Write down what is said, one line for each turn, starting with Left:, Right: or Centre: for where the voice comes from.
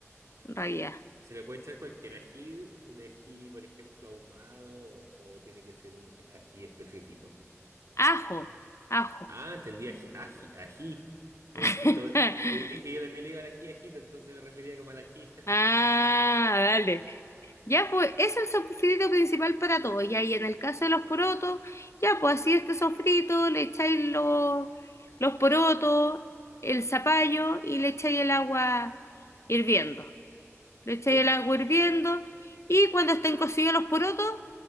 Left: en realidad.
Right: Se le puede echar cualquier ají, un ají, por ejemplo, ahumado, o, o tiene que ser un ají ají específico.
Left: Ajo, ajo.
Right: Ah, entendí, ají, ají, ají, como
Left: <laughs>
Right: ajito. Eh, Es que yo también le iba al ají, ajito, entonces me refería como al ají. <laughs>
Left: Ah, dale. Ya pues, es el sofrito principal para todo. Ya, y ahí en el caso de los porotos, ya pues así este sofrito, le echáis los, los porotos, el zapallo y le echáis el agua hirviendo. le echáis
Right: Sí,
Left: el agua hirviendo y cuando estén cocidos los porotos,